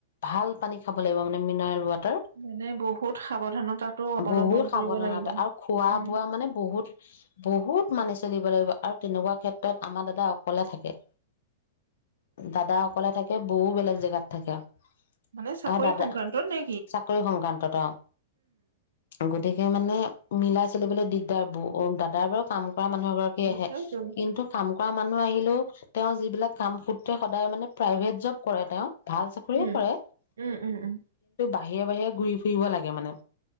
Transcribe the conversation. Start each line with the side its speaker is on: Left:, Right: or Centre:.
Left: ভাল পানী খাব লাগিব মানে মিনাৰেল ৱাটাৰ। তাৰ
Right: মানে বহুত সাৱধানতাটো অৱলম্বন
Left: বহুত
Right: কৰিব
Left: সাৱধানতা
Right: লাগিব
Left: আৰু খোৱা
Right: উম
Left: বোৱা মানে বহুত বহুত মানি চলি চলিব লাগিব আৰু তেনেকুৱা ক্ষেত্ৰত আমাৰ দাদা অকলে থাকে। দাদা অকলে থাকে বৌ বেলেগ জেগাত থাকে।
Right: মানে চাকৰি
Left: আৰু দাদা
Right: সংক্ৰান্তত নে।
Left: চাকৰি সংক্ৰান্তত অ গতিকে মানে মিলাই চলিবলৈ দিগদাৰ বৌ দাদাৰ বাৰু কাম কৰা মানুহ এগৰাকী
Right: দিগদাৰটো
Left: আহে কিন্তু কাম কৰা মানুহ আহিলেও তেওঁৰ যিবিলাক কাম তেওঁ সদায় মানে প্ৰাইভেট জব কৰে তেওঁ ভাল চাকৰিয়ে
Right: উম
Left: কৰে
Right: উম উম উম
Left: বাহিৰে বাহিৰে ঘূৰি ফুৰিব লাগে মানে